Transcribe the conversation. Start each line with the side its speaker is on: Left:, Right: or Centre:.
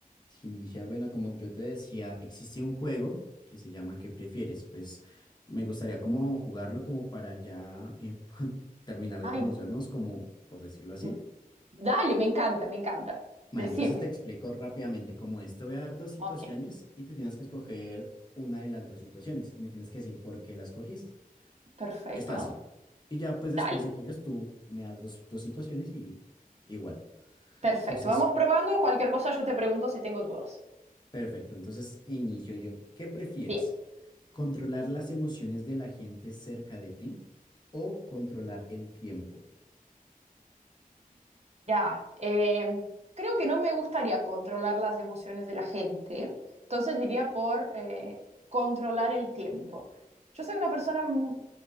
Left: Sí, Ligia, bueno, como yo te decía, existe un juego que se llama ¿Qué prefieres? Pues me gustaría como jugarlo como para ya eh, <laughs> terminar de
Right: Ay,
Left: conocernos, como por decirlo así.
Right: m- dale, me encanta, me encanta.
Left: Bueno,
Right: Decime.
Left: entonces te explico rápidamente cómo es. Te voy a dar dos situaciones
Right: Ok,
Left: y te tienes que escoger una de las dos situaciones y me tienes que decir por qué la escogiste.
Right: perfecto.
Left: Es fácil. Y ya pues después
Right: Dale,
Left: si quieres tú me das dos, dos situaciones y igual.
Right: perfecto.
Left: Entonces,
Right: Vamos probando. Cualquier cosa yo te pregunto si tengo dudas.
Left: Perfecto, entonces inicio yo. ¿Qué prefieres?
Right: Bien.
Left: ¿Controlar las emociones de la gente cerca de ti o controlar el tiempo?
Right: Ya, em, creo que no me gustaría controlar las emociones de la gente, entonces diría por eh, controlar el tiempo. Yo soy una persona mu-